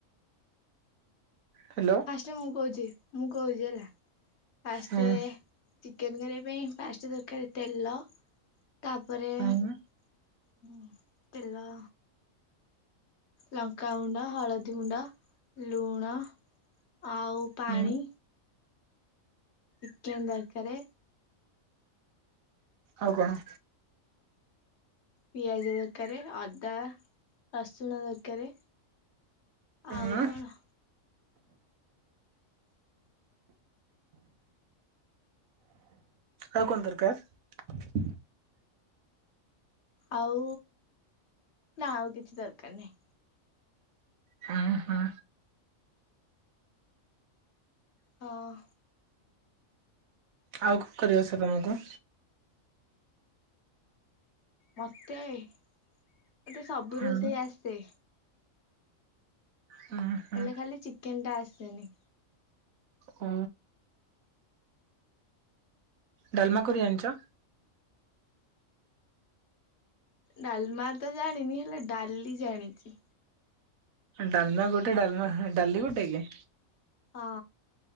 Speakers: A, on the right; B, on the left.
A: ହ୍ୟାଲୋ
B: ଆସ୍ରେ ମୁଗହୁଛିି। ମୁଁ କହୁଛି ହେଲା। ଫାଷ୍ଟେ
A: ହୁଁ
B: ଏ ଚିକେନ କରିବା ପାଇଁ ଫାଷ୍ଟେ ତେଲ। ତାପରେ
A: ହୁଁ
B: ହଁ ତେଲ ଲଙ୍କାଗୁଣ୍ଡ ହଳଦୀ ଗୁଣ୍ଡାଲୁଣ ଆଉ ପାଣି
A: ହୁଁ
B: ଚିକେନ ଦରକାରେ
A: ଆଉ କଣ?
B: ପିଆଜ ଦରକାରେ ଅଦା ରସୁଣ ଦରକାରେ ଆଉ
A: ହୁଁ
B: କଣ?
A: ଆଉ କଣନ୍ତରକାର
B: ଆଉ ନା ଆଉ କିଛି ଦରକାର ନାହିଁ।
A: ହୁଁ ହୁଁ
B: ହଁ।
A: ଆଉ କଣ କରିବା ସମାନ କୁ?
B: ମତେ ମତେ ସବୁ
A: ହୁଁ
B: ରୋଷେଇ ଆସେ।
A: ହୁଁ ହୁଁ
B: ହେଲେ ଖାଲି ଚିକେନ ଟା ଆସେନି।
A: ଓ ଡାଲମାକୁରି ଜାଣିଚ।
B: ଡାଲମା ତ ଜାଣିନି ହେଲେ ଡାଲି ଜାଣିଛି।
A: ଡାଲମା ଗୋଟେ ଡାଲମା ଡାଲି ଗୋଟେ କି?
B: ହଁ।